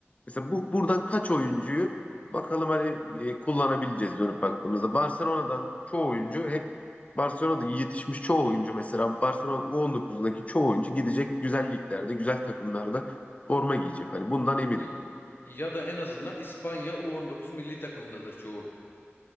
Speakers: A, on the left (about 30°); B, on the left (about 50°).
A: Mesela bu buradan kaç oyuncuyu bakalım hani e, kullanabileceğiz dönüp baktığımızda. Barcelona'dan çoğu oyuncu hep Barcelona'da yetişmiş çoğu oyuncu mesela Barcelona U19'daki çoğu oyuncu gidecek güzel liglerde, güzel takımlarda forma giyecek. Hani bundan eminim.
B: Y- Ya da en azından İspanya u on dokuz milli takımındadır çoğu.